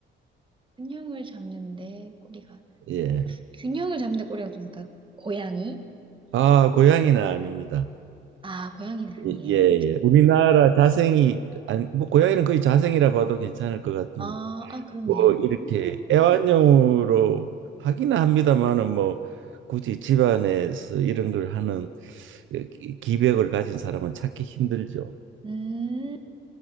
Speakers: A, on the right; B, on the right.
A: 균형을 잡는데 꼬리가,
B: 예.
A: 균형을 잡는데 꼬리가 중요하니까, 고양이?
B: 아, 고양이는 아닙니다.
A: 아, 고양이는 아니에요.
B: 예, 예. 예. 우리나라 자생이 아니 뭐 고양이는 거의 자생이라 봐도 괜찮을 것 같은
A: 아, 아, 그렇네요.
B: 뭐 이렇게
A: 음,
B: 애완용으로 하기는 합니다만은 뭐 굳이 집안에서 이런 걸 하는 그 기- 기백을 가진 사람은 찾기 힘들죠.
A: 음,